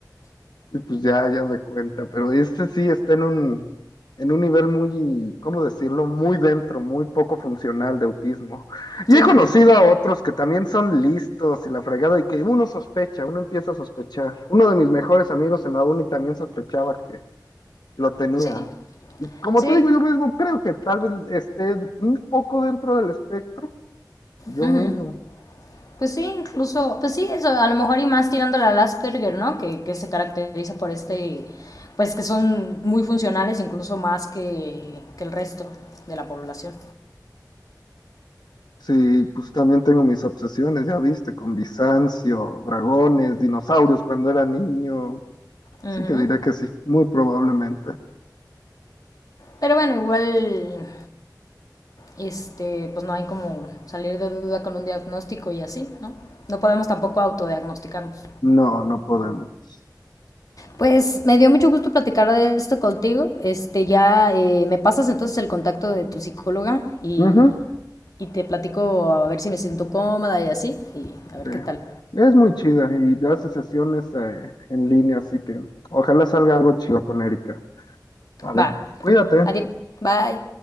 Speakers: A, on the left; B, on the left.
A: Y pues ya, ya me cuenta, pero este sí está en un, en un nivel muy, ¿cómo decirlo? Muy dentro, muy poco funcional de autismo. Y
B: Sí.
A: he conocido a otros que también son listos y la fregada y que uno sospecha, uno empieza a sospechar. Uno de mis mejores amigos en la uni también sospechaba que lo tenía.
B: Sí.
A: Y Como
B: Sí.
A: te digo, yo mismo creo que tal vez esté un poco dentro del espectro, yo
B: ujú.
A: mismo.
B: Pues sí, incluso. Pues sí, eso, a lo mejor y más tirándole al Asperger, ¿no? Que, que se caracteriza por este. Pues que son muy funcionales, incluso más que, que el resto de la población.
A: Sí, pues también tengo mis obsesiones, ya viste, con Bizancio, dragones, dinosaurios cuando era niño.
B: Ujú.
A: Así que diré que sí, muy probablemente.
B: Pero bueno, igual. Este, pues no hay como salir de duda con un diagnóstico y así, ¿no? No podemos tampoco autodiagnosticarnos.
A: No, no podemos.
B: Pues me dio mucho gusto platicar de esto contigo. Este, ya eh, me pasas entonces el contacto de tu psicóloga y,
A: Ujú,
B: y te platico a ver si me siento cómoda y así, y a ver
A: sí.
B: qué tal.
A: Es muy chida y hace sesiones eh, en línea, así que ojalá salga algo chido con Erika. Vale,
B: Va,
A: cuídate.
B: adiós, bye.